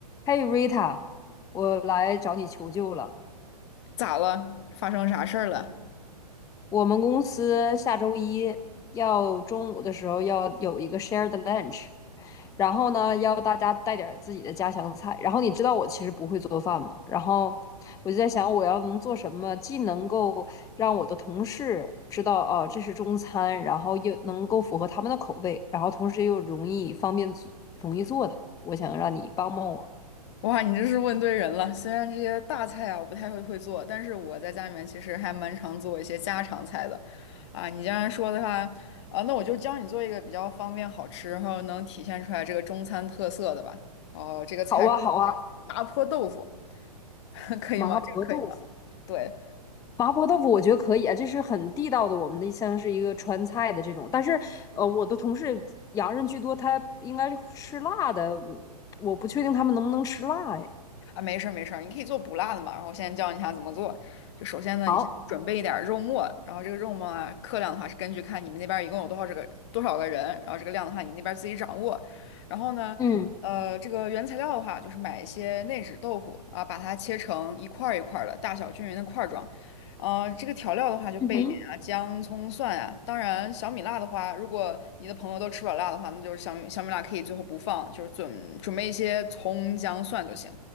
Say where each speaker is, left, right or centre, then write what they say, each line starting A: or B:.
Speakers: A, on the left; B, on the left.
A: 嘿，Rita，我来找你求救了。
B: 咋了？发生啥事儿了？
A: 我们公司下周一要中午的时候要有一个 shared lunch，然后呢，要大家带点儿自己的家乡菜。然后你知道我其实不会做饭嘛，然后我就在想，我要能做什么，既能够让我的同事知道哦，这是中餐，然后又能够符合他们的口味，然后同时又容易方便做容易做的。我想让你帮帮我。
B: 哇，你这是问对人了。虽然这些大菜啊，我不太会会做，但是我在家里面其实还蛮常做一些家常菜的。啊，你既然说的话，啊，那我就教你做一个比较方便好吃，然后能体现出来这个中餐特色的吧。哦，这个菜是
A: 好啊，好啊，
B: 麻婆豆腐，<laughs> 可以吗？
A: 麻婆豆腐。
B: 这个可以吗？对，
A: 麻婆豆腐我觉得可以啊，这是很地道的，我们的像是一个川菜的这种。但是，呃，我的同事洋人居多，他应该是吃辣的，嗯我不确定他们能不能吃辣。哎，
B: 啊，没事儿没事儿，你可以做不辣的嘛。然后我现在教你一下怎么做。就首先呢，
A: 好，
B: 你嗯先准备一点儿肉末，然后这个肉末啊，克量的话是根据看你们那边儿一共有多少这个多少个人，然后这个量的话你那边儿自己掌握。然后呢，
A: 嗯
B: 呃，这个原材料的话就是买一些内酯豆腐啊，把它切成一块儿一块儿的，大小均匀的块儿状。呃，这个调料的话就备一点啊，
A: 嗯哼，
B: 姜、葱、蒜啊。当然，小米辣的话，如果你的朋友都吃不了辣的话，那就是小米小米辣可以最后不放，就是准准备一些葱、姜、蒜就行。